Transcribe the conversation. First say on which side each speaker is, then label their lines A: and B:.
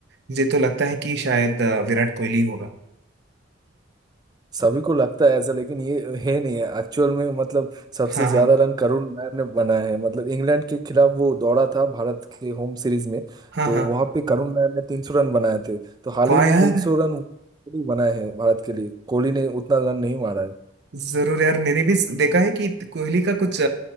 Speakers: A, on the right; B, on the right.
A: मुझे तो लगता है कि शायद अ, विराट कोहली होगा
B: सभी को लगता है ऐसा लेकिन ये है नहीं है एक्चुअल में मतलब सबसे
A: हाँ
B: ज्यादा
A: हाँ
B: रन करुण नायर ने बनाया है मतलब इंग्लैंड के खिलाफ वो दौड़ा था भारत के होम सीरीज में
A: हाँ
B: तो
A: हाँ
B: वहां पे करुण नायर ने 300 रन बनाए थे तो हाल
A: वाह
B: ही में
A: यार
B: 300 रन कोहली बनाए हैं भारत के लिए कोहली ने उतना रन नहीं मारा है
A: जरूर यार मैंने भी देखा है कि कोहली का कुछ